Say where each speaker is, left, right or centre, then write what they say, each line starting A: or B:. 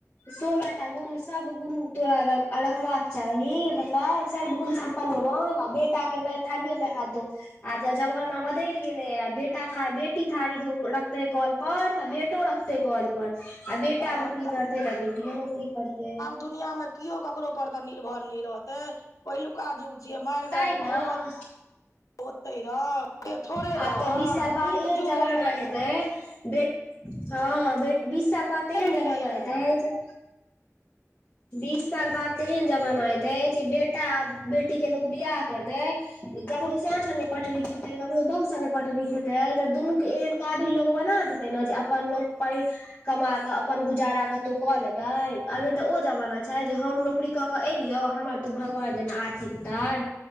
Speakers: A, on the left (about 30°); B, on the left (about 85°).
A: सोलहटा गुण सब गुण तोरा रख रखबाक चाही मतलब सर्वगुण साम्प अपन <unintelligible> बेटा के नहि थारए मे हाथ दो आब ज जमाना बदलि गेले या, बेटा था बेटी थारी धख रखतेै कल पर तऽ बेटा बेटा रखतै कल पर, आ बेटा
B: हँ
A: नौकरी करतै तऽ बेटियो नौकरी करतै।
B: दुनिया मे कियो ककरो पर निरभर नही रहते, पहलेका जुग जुग मारिगार
A: तैं
B: खो
A: ने
B: ओतहि रह थोड़े
A: आ
B: रहत
A: तऽ बीस साल बाद
B: नीक
A: एहन
B: जुग
A: जमाना
B: एलैए।
A: हेतै बेट हँ बे बीस साल बाद ते जमाना
B: गेलैया
A: आय तै बीस साल बाद तेहन जमाना एयतै जे बेटा, बेटी के लोक बियाह करतै। ककरो संस ने पटरी हेते ककरो बहु स ने पटरी हेते आइ तऽ दुनू के एक काबिल लोक बना देतै ने जे अपन लोक <unintelligible> कमा कऽ अपन गुजारा कतौ कऽ लेतै, आ नहि तऽ ओ जमाना चाही जे हम नौकरी कऽ के एलियौ हमर तू भगवान जेना आरती उतार।